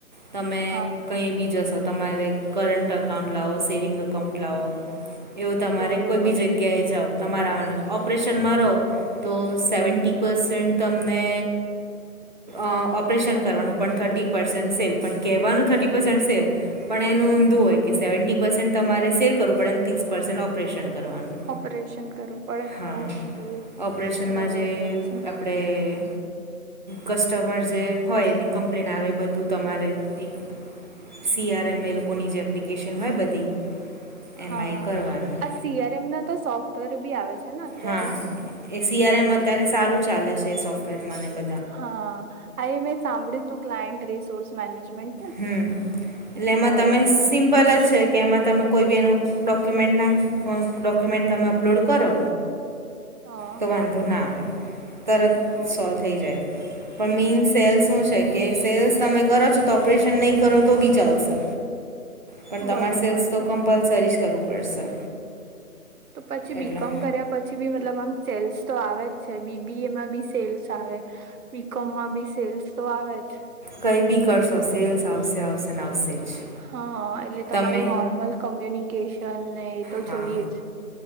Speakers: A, on the right; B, on the right.
A: તમે
B: હા
A: કંઈ બી જશો તમારે કરંટ અકાઉન્ટ લાવો સેવિંગ અકાઉન્ટ લાવો એવું તમારે
B: બરોબર
A: કોઈ બી જગ્યાએ જાવ તમારે આવવાનું ઓપરેશનમાં રહો તો સેવન્ટી પસેન્ટ તમને અ ઓપરેશન પણ થર્ટી પર્સેન્ટ સેલ પણ કહેવાનું થર્ટી પર્સેન્ટ સેલ પણ એનું ઊંધું હોય કે સેવન્ટી પર્સેન્ટ તમારે સેલ કરવું પડે ત્રીસ પર્સેન્ટ ઓપરેશન કરવાનું.
B: ઓપરેશન કરવું પડે
A: હા
B: ઓ એ
A: ઓપરેશનમાં
B: બરોબર
A: જે
B: છે.
A: આપણે કસ્ટમર જે હોય એની કમ્પ્લેન આવે બધું તમારે એક સી આરએમ એ લોકોની જે એપ્લિકેશન હોય બધી એમાં
B: હા
A: એ કરવાનું
B: આ સીઆરએમ ના તો સોફ્ટવેર બી આવે છે ને. અત્યારે
A: હા એ સીઆરએમ અત્યારે સારું ચાલે છે સોફ્ટવેર મને બ
B: હા આ એ મેં સાંભળ્યું તું ક્લાયન્ટ રિસોર્સ મેનેજમેન્ટ ને
A: હમ એટલે એમાં
B: બરોબર
A: તમે સિમ્પલ જ છે કે એમાં તમે કોઈ બી એનું ડોક્યુમેન્ટ નાખ ડોક્યુમેન્ટ તમે અપલોડ કરો
B: હા
A: તો વાંધો ના આવે તરત
B: બરોબર
A: સોલ્વ થઈ
B: છે
A: જાય. પણ મીનસ સેલ્સ શું સેલ્સ તમે કરો છો તો પરેેશન નહી કરો તો બી ચાલશે. પણ તમારે
B: બરોબર
A: સેલ્સ તો
B: છે
A: કમ્પલસરી જ કરવું પડશે.
B: તો પછી બી
A: એટલે
B: કોમ કર્યા પછી બી મતલબ આમ સેલ્સ તો આવે જ છે બીબીએમાં બી સેલ્સ સ આવે બી કોમમાં બી સેલ્સ તો આવે જ.
A: કઈ બી કરશો સેલ્સ આવશે આવશેને આવશે જ.
B: હા એટલે તમારું
A: તમે
B: નોર્મલ કોમ્યુનિકેશન ને એ તો
A: હા
B: જોઈએ જ.